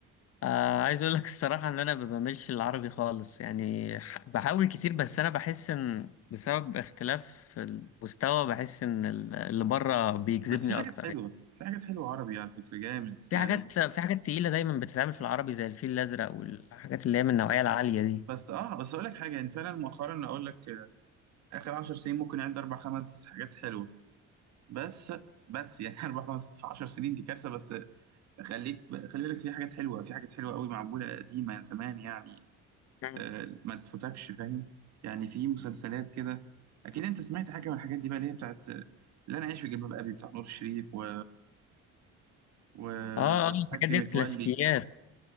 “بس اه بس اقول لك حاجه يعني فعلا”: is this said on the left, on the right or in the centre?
Right